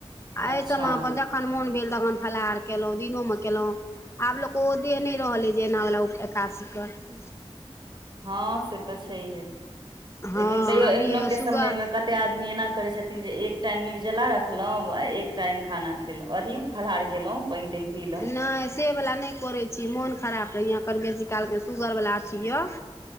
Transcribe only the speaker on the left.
एहि
सभमे अपन जखन मोन भेल तखन फलाहार कयलहुँ दिनोमे कयलहुँ आब लोक कऽ ओ देह नइ रहलैइ जे एनावला ओ एकादसी करत
हँ
अभी
सुगर
नहि से बला नइ करै छी मोन खराब रहैए कनी बेसी कालके सुगरवला अथि यऽ